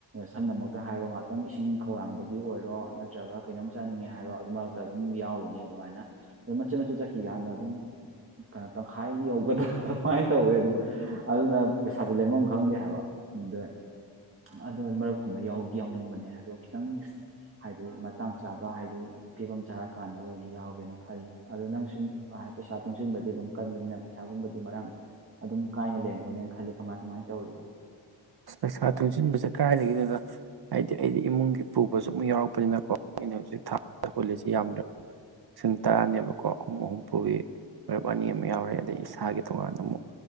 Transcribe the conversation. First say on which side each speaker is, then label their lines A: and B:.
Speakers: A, on the right; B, on the right.
A: ꯁꯝꯅꯃꯛꯇ ꯍꯥꯏꯔꯣ ꯉꯍꯥꯛꯇꯪ ꯏꯁꯤꯡ ꯈꯧꯔꯥꯡꯕꯒꯤ ꯑꯣꯏꯔꯣ ꯅꯠꯇ꯭ꯔꯒ ꯀꯩꯅꯣꯝ ꯆꯥꯅꯤꯡꯉꯦ ꯍꯥꯏꯔꯣ ꯑꯗꯨ ꯃꯔꯛꯇ ꯑꯗꯨꯝ ꯌꯥꯎꯔꯤꯅꯦ ꯑꯗꯨꯃꯥꯏꯅ ꯑꯗꯨꯝ ꯃꯆꯦꯠ ꯃꯆꯦꯠ ꯆꯠꯈꯤ ꯀꯥꯟꯗ ꯑꯗꯨꯝꯣ ꯇꯪꯈꯥꯏ ꯌꯧꯒꯗ꯭ꯔꯥ ꯁꯨꯃꯥꯏꯅ ꯇꯧꯋꯦ ꯑꯗꯨꯝ ꯑꯗꯨꯅ ꯄꯩꯁꯥꯁꯦ ꯂꯩꯦꯝꯐꯝ ꯈꯪꯗꯦ ꯍꯥꯏꯕ ꯑꯗ ꯑꯗꯣ ꯃꯔꯨꯞꯀꯨꯝꯕ ꯌꯥꯗꯤ ꯌꯥꯎꯅꯤꯡꯕꯅꯦ ꯑꯗꯣ ꯈꯤꯇꯪ ꯍꯥꯏꯗꯤ ꯃꯇꯥꯡ ꯆꯥꯕ ꯍꯥꯏꯗꯤ ꯐꯤꯕꯝ ꯆꯥꯔꯀꯥꯟꯗ ꯑꯣꯏꯅ ꯌꯥꯎꯒꯦꯅ ꯈꯜꯂꯤ ꯑꯗꯣ ꯅꯪ ꯁꯨꯝ ꯄꯩꯁꯥ ꯇꯨꯡꯁꯤꯟꯕꯗꯤ ꯑꯗꯨꯝ ꯀꯟꯕꯅꯤꯅ ꯄꯩꯁꯥꯒꯨꯝꯕꯗꯤ ꯃꯔꯥꯡ ꯑꯗꯨꯝ ꯀꯥꯏꯅ ꯂꯩꯔꯝꯒꯅꯦꯅ ꯈꯜꯂꯤ ꯀꯃꯥꯏ ꯀꯃꯥꯏꯅ ꯇꯧꯔꯤꯅꯣ
B: ꯄꯩꯁꯥ ꯇꯨꯡꯁꯤꯟꯕꯁꯦ ꯀꯗꯥꯏꯗꯒꯤꯅꯅ ꯍꯥꯏꯗꯤ ꯑꯩꯗꯤ ꯏꯃꯨꯡꯒꯤ ꯄꯨꯕꯁꯨ ꯑꯃꯨꯛ ꯌꯥꯎꯔꯛꯄꯅꯤꯅꯀꯣ ꯑꯩꯅ ꯍꯧꯖꯤꯛ ꯊꯥ ꯍꯨꯜꯂꯤꯁꯤ ꯌꯥꯝꯗ꯭ꯔꯕ ꯂꯤꯁꯤꯡ ꯇꯔꯥꯅꯦꯕꯀꯣ ꯑꯍꯨꯝ ꯑꯍꯨꯝ ꯄꯨꯕꯤ ꯃꯔꯨꯞ ꯑꯅꯤ ꯑꯃ ꯌꯥꯎꯔꯦ ꯑꯗꯩ ꯏꯁꯥꯒꯤ ꯇꯣꯉꯥꯟꯅ ꯑꯃꯨꯛ